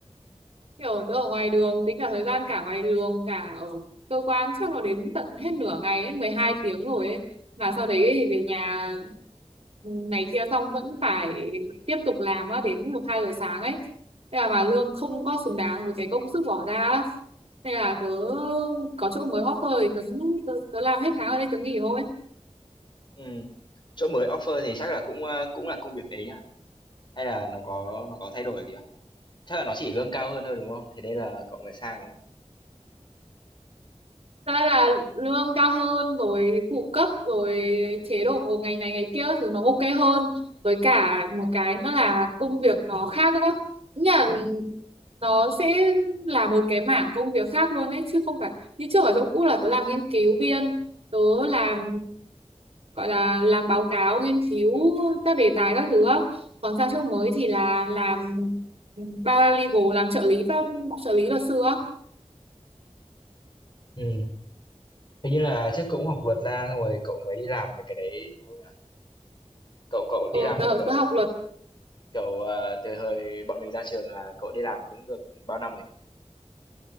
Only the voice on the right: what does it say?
kiểu tớ ở ngoài đường tính cả thời gian cả ngoài đường cả ở cơ quan chắc là đến tận hết nửa ngày ấy, 12 tiếng rồi ấy mà sau đấy thì về nhà ừ, này kia xong vẫn phải tiếp tục làm á đến một hai giờ sáng ấy thế là bà lương không có xứng đáng với cái công sức bỏ ra á. thế là tớ có chỗ mới offer thì tớ, tớ, tớ làm hết tháng ở đây tớ nghỉ thôi
Thật là lương cao hơn rồi phụ cấp rồi chế độ ngày này ngày kia các thứ nó ok hơn với cả một cái nữa là công việc nó khác đó Nghĩa là nó sẽ là một cái mảng công việc khác luôn đấy chứ không phải như trước ở chỗ cũ là tớ làm nghiên cứu viên tớ làm gọi là làm báo cáo nghiên cứu các đề tài các thứ á còn sang chỗ mới thì là làm paralegal làm trợ lý pháp trợ lý luật sư á
ừ,
tớ,
tớ học luật